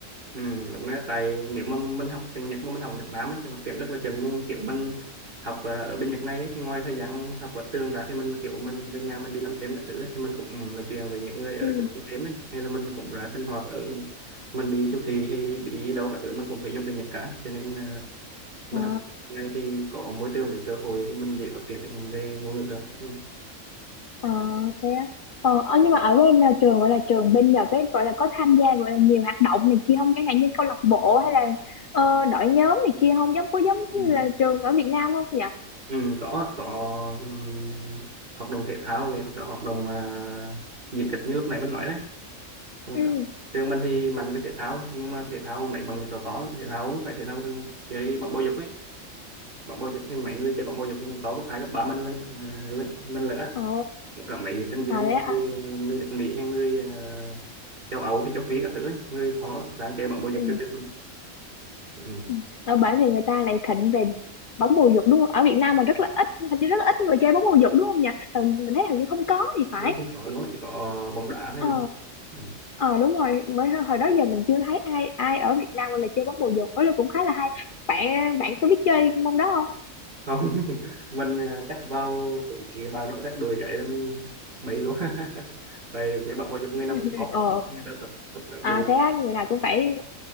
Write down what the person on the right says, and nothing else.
Ừ. Đúng đấy. Tại nếu mà mình học tiếng Nhật mà mình học ở Việt Nam ấy, thì phát triển rất là chậm nhưng kiểu mình học ờ, ở bên Nhật này ấy, thì ngoài thời gian học ở trường ra thì mình kiểu mình về nhà mình đi làm thêm các thứ ấy, thì mình cũng ừ, nói chuyện với những người ở
chỗ ăn thêm ấy hay là mình cũng ra sinh hoạt ở mình đi siêu thị hay đi đâu cả thứ mình cũng phải dùng tiếng Nhật cả cho nên ờ, mình
học tiếng Nhật này thì có môi trường với cơ hội thì mình dễ phát triển về ngôn ngữ hơn Ừ.
Ừ.
Ừ, có có ừ, hoạt động thể thao về hoặc là hoạt động à, diễn kịch như lúc nãy mình nói đấy Rồi
cả- trường mình thì mạnh với thể thao nhưng mà thể thao mấy bằng nhật là to lắm thể thao cũng phải thể thao chơi bóng bầu dục ấy bóng bầu dục thì mấy người chơi bóng bầu dục cũng to cấp hai cấp ba mình lận à, lận- mình lỡ
cả mấy sinh viên
người, người nước Mỹ hay người à, châu Âu hay châu Phi các thứ ấy. người to lắm sáng chơi bóng bầu dục
cho trường mình ừ.
Hình như không có luôn á, chỉ có bóng đá thôi
nhỉ ừ.
không <laughs> mình ờ, chắc vào bà nội chắc đùi gãy là mình bậy luôn <laughs> tại cái bọn môi dục
người nào
cũng khó
người ta tập tập các
đùi